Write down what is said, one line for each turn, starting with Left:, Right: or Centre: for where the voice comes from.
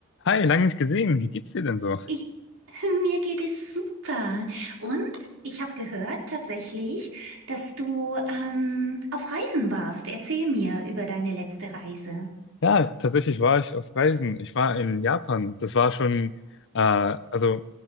Left: Hi, lange nicht gesehen. Wie geht's dir denn so?
Right: Ich, <laughs> mir geht es super. Und ich habe gehört tatsächlich, dass du ähm, auf Reisen warst. Erzähl mir über deine letzte Reise.
Left: Ja, tatsächlich war ich auf Reisen. Ich war in Japan. Das war schon, äh, also,